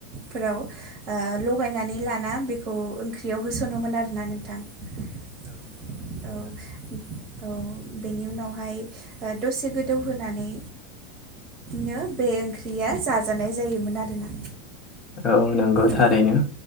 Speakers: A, on the right; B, on the left.
A: फोराव ओ लगायनानै लाना बेखौ ख्रियाव होसनोमोन आरोना नोंथां औ औ। बेनि उनावहाय ओ दसे गोदौ होनानै नो बे ओंख्रिया जाजानाय जायोमोन आरोना।
B: औ नंगौ
A: औ
B: थारैनो।